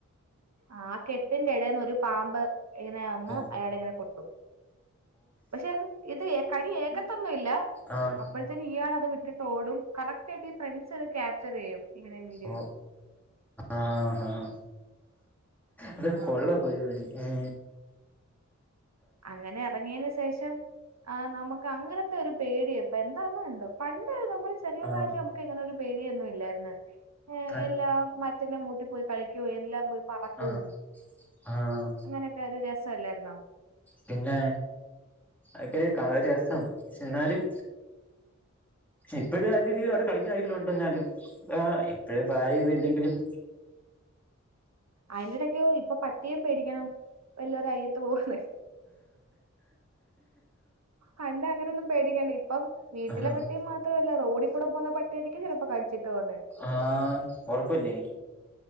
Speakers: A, on the right; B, in the centre.
A: ആ ത്തിന്റെ ഇടേന്ന് ഒരു പാമ്പ് ഇങ്ങനെ വന്ന്
B: ഓ
A: അയാളെ ഇങ്ങനെ കൊത്തും പക്ഷെ ഇത് കടി ഏകത്തൊന്നും ഇല്ല
B: ആഹ്
A: അപ്പോഴത്തന്നെ ഇയാള വിട്ടിട്ടോടും കറക് ആയിട്ട് ഈ ഫ്രൺണ്ട്സ്‌ ക്യാപ്ചർ ചെയ്യും ഇങ്ങനെ വീഡിയോയിൽ
B: ഓ ആഹ ഹഹ ഇത്
A: ആഹ്
B: കൊള്ളാം പരിപാടി ഏ
A: അങ്ങനെ ഇറങ്ങിയതിന് ശേഷം ആ നമുക്ക് അങ്ങനത്തെ ഒരു പേടിയാ ഇപ്പൊ എന്താന്നോ എന്തോ പണ്ട് നമ്മൾ ചെറിയ
B: ആഹ്
A: പ്രായത്ത് നമുക്ക് ഇങ്ങനൊരു പേടിയൊന്നും ഇല്ലായിരുന്നു
B: ത
A: എല്ലാ മരത്തിന്റെ മൂട്ടിൽ പോയി കളിക്കൊ എല്ലാ പോയി പറക്കും
B: ആഹ് ആഹ്
A: അങ്ങനെയൊക്കെ അത് രസല്ലായിരുന്നോ
B: പിന്നെ അക്കൊരു കാ രസം എന്നാലും ഇപ്പോഴും അയ്രീതിയിൽ അവിടെ കളിക്കുന്ന ആയ്ലും ഉണ്ട എന്നാലും ആ ഇപ്പോഴും പ്രായ ഇത ഇല്ലെങ്കിലും
A: അയിന്റെടക്കെയോ ഇപ്പൊ പട്ടിയം പേടിക്കണം എല്ലരും അയ്യത്ത പോവന്നേ പണ്ട് അങ്ങനെ ഒന്നും പേടിക്കേണ്ട ഇപ്പം വീട്ടിലെ
B: ആഹ്
A: പട്ടിയ മാത്ര റോഡിക്കൂടെ പോവുന്ന പട്ടി ആയിരിക്കും ചിലപ്പോ കടിച്ചിട്ട് പോകുന്നെ
B: ആഹ ഉറപ്പല്ലേ